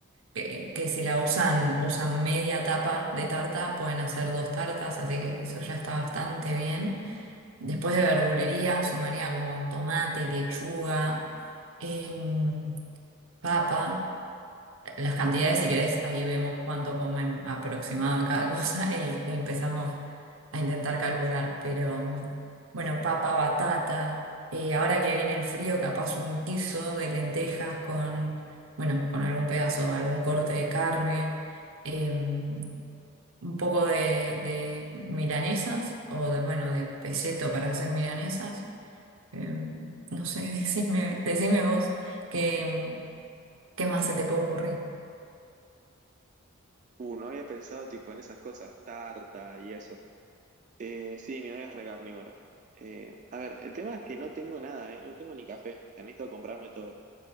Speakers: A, on the right; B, on the right.
A: Que, que si la usan, usan media tapa de tarta, pueden hacer dos tartas, así que eso ya está bastante bien. Después de verdulería, sumaría como tomate, lechuga, em, papa. Las cantidades, si querés, ahí vemos cuánto comen aproximado de cada cosa <laughs> y, e empezamos a intentar calcular. Pero mm, bueno, papa, batata. eh, ahora que viene el frío, capaz un guiso de lentejas con, bueno, con algún pedazo, algún corte de carne. em, un poco de, de milanesas o de, bueno, de peseto para hacer milanesas eh, no sé, <laughs> decime, decime vos qué, qué más se te puede ocurrir.
B: Uh, no había pensado tipo en esas cosas, tarta y eso. Eh, sí, mi novia es re carnívora. Eh, a ver, el tema es que no tengo nada, ¿eh? No tengo ni café, necesito comprarme todo.